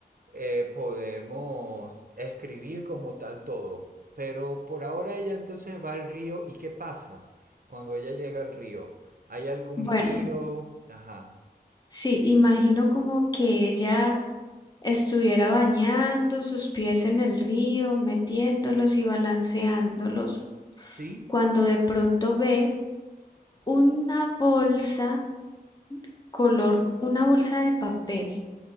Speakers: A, on the right; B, on the left.
A: eh, podemos escribir como tal todo. Pero por ahora ella entonces va al río y ¿qué pasa cuando ella llega al río? ¿Hay algún
B: bueno,
A: giro? Ajá.
B: sí, imagino como que ella estuviera bañando sus pies en el río, metiéndolos y balanceándolos,
A: ¿Sí?
B: cuando de pronto ve una bolsa color, una bolsa de papel,